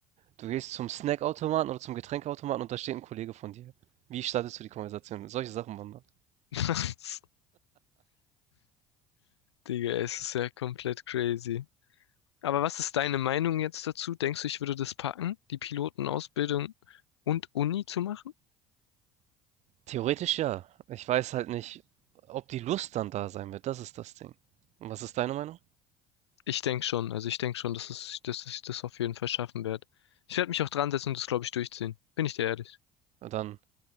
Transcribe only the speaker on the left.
<laughs> Digga, es ist ja komplett crazy. Aber was ist deine Meinung jetzt dazu? Denkst du, ich würde das packen, die Pilotenausbildung und Uni zu machen?
Ich denke schon. Also ich denke schon, dass es, dass ich das auf jeden Fall schaffen werde. Ich werde mich auch dran setzen und das, glaube ich, durchziehen. Bin ich dir ehrlich.